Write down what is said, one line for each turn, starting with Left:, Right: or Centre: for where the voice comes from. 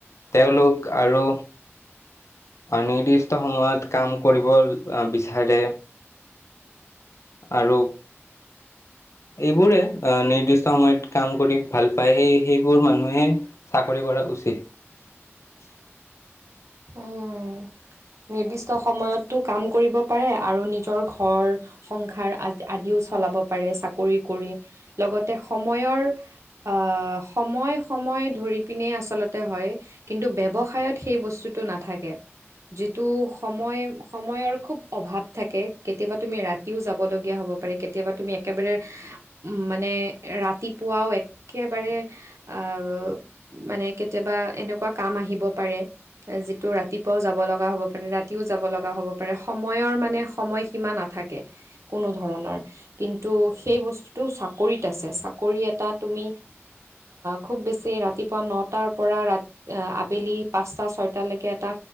Left: তেওঁলোক আৰু। নিৰ্দিষ্ট সময়ত কাম কৰিব বিচাৰে। আৰু। এইবোৰে অ নিৰ্দিষ্ট সময়ত কাম কৰি ভাল পায়, সেই সেইবোৰ মানুহে চাকৰি। কৰা উচিত
Right: উম নিৰ্দিষ্ট সময়তটো কাম কৰিব পাৰে আৰু নিজৰ ঘৰ সংসাৰ আ আদিও। চলাব পাৰে চাকৰি কৰি লগতে সময়ৰআ সময় সময় ধৰি পিনে আচলতে হয় কিন্তু ব্যৱহাৰিত সেই বস্তুটো নাথাকে। যিটো সময় সময়ৰ খুব অভাৱ থাকে কেতিয়াবা তুমি ৰাতিও যাব লগগীয়া হ'ব। পাৰে কেতিয়াবা তুমি একেবাৰে মানে ৰাতিপুৱা একেবাৰে,। আহ মানে কেতিয়াবা এনেকুৱা কাম আহিব পাৰে। যিটো ৰাতিপুৱাও যাব লগা হব পাৰে ৰাতিও যাব লগা হব পাৰে সময়ৰ মানে সময় সীমা নাথাকে। থাকে কোনো ধৰণৰ কিন্তু সেই বস্তুটো চাকৰিত আছে চাকৰি এটা তুমি। অ খুব বেছি ৰাতিপুৱা পৰা নটা পৰা ৰা আবেলি পাঁচটা ছয়টা। এয়ালৈকে এটা